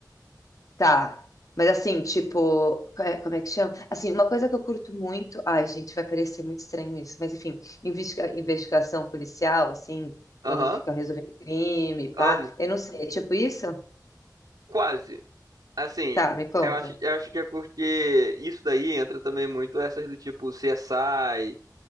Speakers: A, on the left; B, on the right.
A: Tá. Mas assim, tipo, é- como é que chama? Assim, uma coisa que eu curto muito. Ai, gente, vai parecer muito estranho isso, mas enfim, investiga- investigação policial, assim,
B: Aham,
A: quando fica resolvendo crime, pá.
B: amo.
A: Eu não sei, é tipo isso?
B: Quase. Assim,
A: Tá, me conta.
B: eu acho, eu acho que é porque isso daí entra também muito essas do tipo CSI,